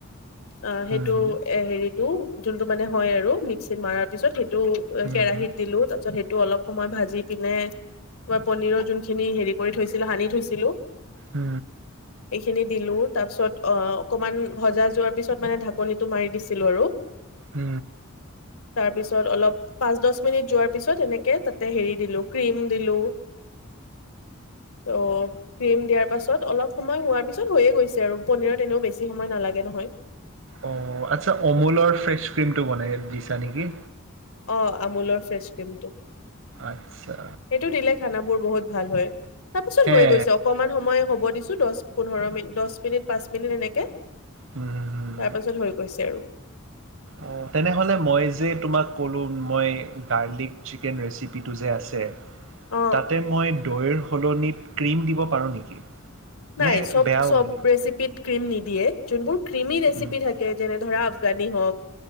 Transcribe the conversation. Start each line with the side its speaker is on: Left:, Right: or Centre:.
Left: আ হেইটো
Right: উম,
Left: এ হেৰিতটো যোনটো মানে হয় আৰু মিক্সিত মাৰাৰ পিছত হেইটো
Right: উম।
Left: কেৰাহিত দিলো তাৰ পিছত হেইটো অলপ সময় ভাজি পিনে মই পনীৰ যোনখিনি হেৰি কৰি থৈছিলো সানি থৈছিলো।
Right: উ,
Left: <inaudible> এইখিনি দিলো তাৰ পিছত অ অকমান ভজা যোৱাৰ পিছত মানে ঢাকনিটো মাৰি দিছিলো আৰু। <inaudible>
Right: উ,
Left: তাৰ পিছত অলপ পাঁচ দচ মিনিট যোৱাৰ পিছত এনেকে তাতে হেৰি দিলো ক্ৰীম। দিলো ত। ক্ৰীম দিয়াৰ পাছত অলপ সময় হোৱাৰ পিছত হৈয়ে গৈছে আৰু পনীৰত এনেও বেছি সময় নালাগে নহয়।
Right: অ আচ্ছা অমুলৰ ফ্ৰেছ ক্ৰীমটো বনাই দিছা নেকি?
Left: অ আমুলৰ ফেচ ক্ৰীমটো।
Right: আতছা।
Left: হেইটো দিলে খান বোৰ বহুত ভাল হয় তাৰ পিছত
Right: হে
Left: হৈ গৈছে অকনমান সময় হ'ব দিছ। চো দচ পোন্ধৰ মিনিট দছ মিনিট পাঁচ মিনিট এনেকে
Right: উ, উ,
Left: তাৰ পাছত হৈ গৈছে আৰু।
Right: অ তেনেহ'লে মই যে তোমাক ক'লো মই দাৰলিক চিকেন ৰেচিপিটো যে আছে।
Left: অ
Right: তাতে মই দৈৰ সলনিত ক্ৰীম দিব পাৰো নেকি?
Left: নাই
Right: নে
Left: চব
Right: বেয়া হ'ব
Left: চব
Right: নেকি?
Left: ৰেচিপিত ক্ৰীম নিদিয়ে যোনবোৰ ক্ৰীমি ৰেচিপি
Right: হুম,
Left: থাকে। যেনে ধৰা আফগানি হওঁক